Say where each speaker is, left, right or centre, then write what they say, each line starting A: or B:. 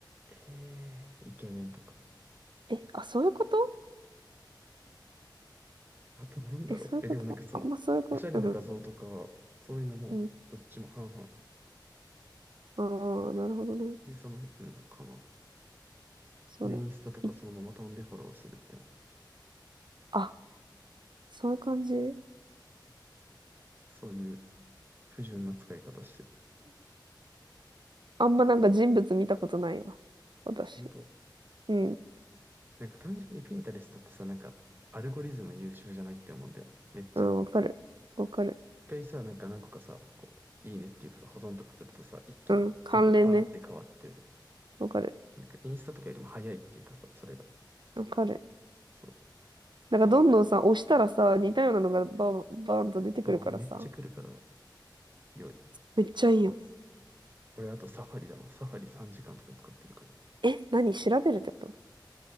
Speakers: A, on the right (about 25°); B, on the right (about 70°).
A: えー、イケメンとか。
B: え、あ、そういうこと
A: あとなんだろう。
B: え、そういうことあんまそういうこと、
A: え、でもなんかその、おしゃれな画像とか、
B: うん。
A: そういうのも、
B: うん。
A: どっちも半々。
B: ああ、なるほどね。
A: で、その、うんかな。
B: そうだね。
A: で、インスタとかそのまま飛んでフォローするみたいな感じ。
B: いあ、そういう感じ。
A: そういう不純な使い方してる。
B: あんまなんか人物見たことないわ。私。
A: 本当
B: うん。
A: なんか単純にピンタレストってさ、なんかアルゴリズム優秀じゃないって思うんだよね。めっちゃ。
B: うん、わかる。わかる。
A: 一回さ、なんか何個かさ、こう、いいねっていうかさ、保存とかするとさ、一気に全部バーって変わって、
B: うん。関連ね。わかる。
A: なんかインスタとかよりも早いっていうかさ、それが。
B: わかる。
A: そう、
B: なんかどんどんさ、
A: いいよ。
B: 押したらさ、似たようなのがバーン、バーンと出てくるからさ、
A: そう、めっちゃ来るから良い。
B: めっちゃいいよね。
A: 俺あとサファリだわ。サファリ3時間とか使ってるかも。
B: え、何調べるってこと